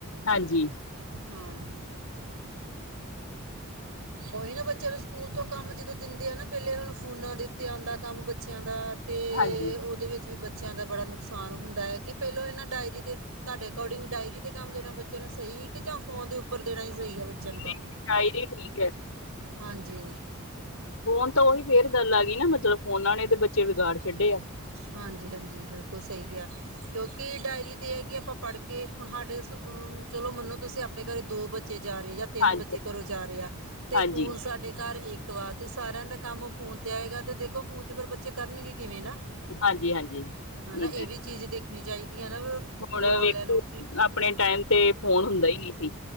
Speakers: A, on the left; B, on the right.
A: ਹਾਂਜੀ।
B: ਹਾਂ ਉਹੀ ਨਾ ਬੱਚਿਆਂ ਨੂੰ ਸਕੂਲ ਤੋਂ ਕੰਮ ਜਦੋਂ ਦਿੰਦੇ ਆ ਨਾ ਪਹਿਲੇ ਹੁਣ ਫੋਨਾਂ ਦੇ ਉੱਤੇ ਆਉਂਦਾ ਕੰਮ ਬੱਚਿਆਂ ਦਾ ਤੇ
A: ਹਾਂਜੀ
B: ਉਹਦੇ ਵਿੱਚ ਵੀ ਬੱਚਿਆਂ ਦਾ ਬੜਾ ਨੁਕਸਾਨ ਹੁੰਦਾ ਹੈ ਕਿ ਪਹਿਲਾਂ ਇਹਨਾਂ ਡਾਇਰੀ 'ਤੇ ਤੁਹਾਡੇ ਅਕੋਰਡਿੰਗ ਡਾਇਰੀ ਤੇ ਕੰਮ ਦੇਣਾ ਬੱਚਿਆਂ ਨੂੰ ਸਹੀ ਜਾਂ ਫੋਨ ਦੇ ਉੱਪਰ ਦੇਣਾ ਹੀ ਸਹੀ ਆ ਬੱਚਿਆਂ
A: ਨਹੀਂ
B: ਨੂੰ ਕੰਮ
A: ਸ਼ਾਇਰੀ ਠੀਕ ਹੈ
B: ਹਾਂਜੀ
A: ਫੋਨ ਤਾਂ ਉਹੀ ਫੇਰ ਗੱਲ ਆ ਗਈ ਨਾ ਮਤਲਬ ਫੋਨਾਂ ਨੇ ਤੇ ਬੱਚੇ ਵਿਗਾੜ ਛੱਡੇ ਹੈ।
B: ਹਾਂਜੀ ਹਾਂਜੀ ਬਿਲਕੁਲ ਸਹੀ ਕਿਹਾ ਕਿਉਂਕਿ ਡਾਇਰੀ ਤੇ ਇਹ ਕਿ ਆਪਾਂ ਪੜ੍ਹ ਕੇ ਹੁਣ ਸਾਡੇ ਚਲੋ ਮੰਨੋ ਤੁਸੀਂ ਆਪਣੇ ਘਰੇ ਦੋ ਬੱਚੇ ਜਾ ਰਹੇ ਜਾਂ ਤਿੰਨ
A: ਹਾਂਜੀ
B: ਬੱਚੇ ਘਰੋਂ ਜਾ ਰਹੇ ਆ ਤੇ
A: ਹਾਂਜੀ
B: ਫੋਨ ਸਾਡੇ ਘਰ ਇੱਕ ਵ ਤੇ ਸਾਰਿਆਂ ਦਾ ਕੰਮ ਫੋਨ ਤੇ ਆਏਗਾ ਤੇ ਦੇਖੋ ਫੋਨ ਚ ਫਿਰ ਬੱਚੇ ਕਰਨਗੇ ਕਿਵੇਂ ਨਾ
A: ਹਾਂਜੀ ਹਾਂਜੀ ਠੀਕ
B: ਹਨਾ ਇਹ
A: ਹੈ।
B: ਵੀ ਚੀਜ਼ ਦੇਖਣੀ ਚਾਹੀਦੀ ਹੈ ਨਾ ਸਕੂਲ
A: ਹੁਣ
B: ਵਾਲਿਆਂ
A: ਵੇਖ
B: ਨੂੰ ਕਿ
A: ਆਪਣੇ ਟਾਈਮ ਤੇ ਫੋਨ ਹੁੰਦਾ ਹੀ ਨਹੀਂ ਸੀ।